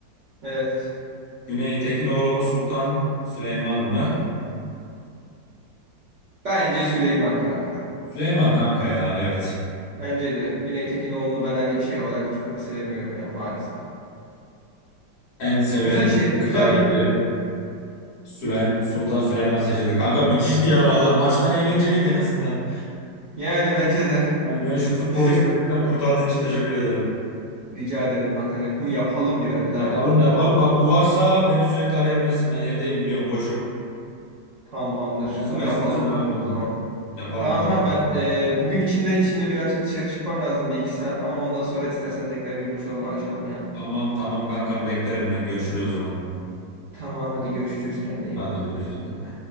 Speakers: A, on the right; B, on the left.
A: Evet.
B: Güney Tekinoğlu mu Sultan Süleyman mı?
A: Bence Süleyman kanka.
B: Süleyman kanka ya evet.
A: Bence de Güney Tekinoğlu'nu ben hani şey olarak çok da sevmiyorum yani maalesef.
B: En sevilen
A: Güzel
B: Türk
A: şey,
B: dizi
A: güzel
B: karakteri
A: bir
B: Sülen, Sultan Süleyman seçildi. Kanka müthişti ya valla. Maçtan eğlenceliydi en azından.
A: yani bence de <laughs>
B: Hani beni şu futbolu
A: bizim
B: izlemekten kurtardığın için teşekkür ederim.
A: rica ederim kanka yani bunu yapalım bir ara bir daha
B: Yapalım
A: yapalım
B: yapalım.
A: ya.
B: Bak bu varsa beni sürekli arayabilirsin. Ben evdeyim biliyorum boşum.
A: Tamamdır.
B: Ne zaman
A: Bunu yapalım
B: istersen ara
A: kanka
B: beni.
A: o zaman.
B: Yapalım
A: Tamam
B: kanka
A: tamam ben
B: yapalım.
A: e, bugün içinde şimdi birazcık dışarı çıkmam lazım bir iki saat ama ondan sonra istersen tekrar bir buluşalım araşalım ya.
B: Tamam tamam kankam beklerim ben. Görüşürüz o zaman.
A: Tamam hadi görüşürüz kendine iyi
B: Hadi
A: bak.
B: görüşürüz. Bay bay.